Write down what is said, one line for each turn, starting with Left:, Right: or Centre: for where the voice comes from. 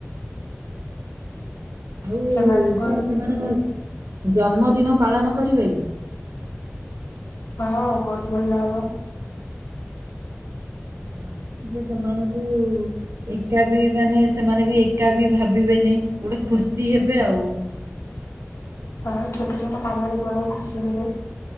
Right: ଆଉ
Left: ସେମାନଙ୍କ
Right: ଯୋଉ ସେମାନଙ୍କ ଜନ୍ମଦିନ ପାଳନ କରିବା କି?
Left: ହଁ ବହୁତ୍ ଭଲ ହେବ।
Right: ହଁ। ଯେ ସେମାନଙ୍କୁ ଏକା ବି ମାନେ ସେମାନେ ବି ଏକା ବି ଭାବିବେନି। ଗୋଟେ ଖୁସି ହେବେ ଆଉ।
Left: ହଁ ଛୋଟ ଛୋଟ କାମରେ ବଡ଼ ଖୁସି ମିଳେ